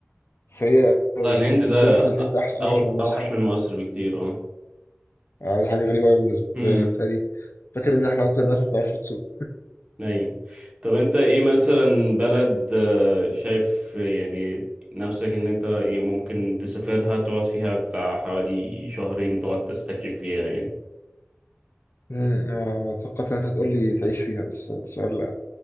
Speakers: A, on the left; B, on the right.
A: سيئة أوي
B: لا الهند
A: يعني بيقول
B: ده
A: السواقة في الهند أحس أوحش
B: أو
A: من مصر
B: أوحش من مصر بكتير اه
A: آه دي حاجة غريبة أوي بالنسبة
B: امم
A: لي يعني مثالي فاكر إن إحنا أكتر ناس ما بتعرفش تسوق
B: أيوة طب أنت إيه مثلا بلد آه، شايف يعني نفسك إن أنت إيه ممكن تسافرها تقعد فيها بتاع حوالي شهرين تقعد تستكشف فيها يعني
A: امم آه، توقعت ان انت هتقول لي تعيش فيها بس السؤال